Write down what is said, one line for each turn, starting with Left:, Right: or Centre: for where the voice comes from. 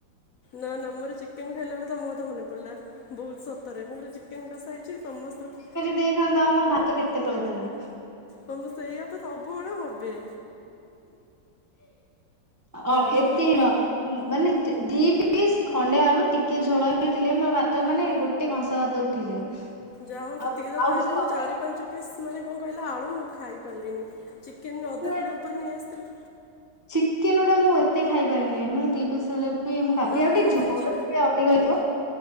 Left: ନା ନା ମୋର ଚିକେନ୍ ଖାଇଲା ବେଳେ ତମକଥା ମନେ ପଡ଼ିଲା। ବହୁତ୍ ସତରେ ମୁଁ କହିଲେ ଚିକେନ୍ କସା ହେଇଚି ସମସ୍ତଙ୍କ
Right: ଦେଇଥାନ୍ତା ମୋର ଭାତ କେତେ ପଳେଇଥାନ୍ତା।
Left: ତ ମୁଁ ସେଇଆତ ସବୁବେଳେ ଭାବେ।
Right: ହଁ ଅ
Left: ମୁଁ
Right: ଏତେ
Left: କହିଲି
Right: ହ ମାନେ ଦି ପିସ୍ ଖଣ୍ଡେ ଆଳୁ ଟିକେ ଝଳ ହେଇଥିଲେ ମୋର ଭାତ ମାନେ ଗୋ ଟେ କଂସା ଭାତ ଉଠିଯିବ।
Left: ଯାହା ହଉ
Right: ଆଉ
Left: ସେତିକିତ
Right: ଆଉ
Left: ଖାଇଦଉ
Right: କିଛି ଦରକାର
Left: ମୁଁ ଚାରି
Right: ନାହିଁ
Left: ପାଞ୍ଚ ପିସ୍ ମାନେ କଣ କହିଲ ଆଳୁ ଖାଇପାରିଲିନି। ଚିକେନ୍ ଅଧ
Right: ନା
Left: କିଲୋ ଉପରେ ନେଇଆସିଥିଲେ
Right: ଚିକେନ ଅଡ଼ା ମୁଁ ଏତେ ଖାଇପାରେନି ମୋର ଦି ପିସ୍ ହେଲେ ମୁଁ କାପି
Left: ନା
Right: ଆଉ ଟିକେ ଝୋଳ
Left: ସେଇ ଚି
Right: ଟିକେ ଅଧିକ ହେଇଥିବ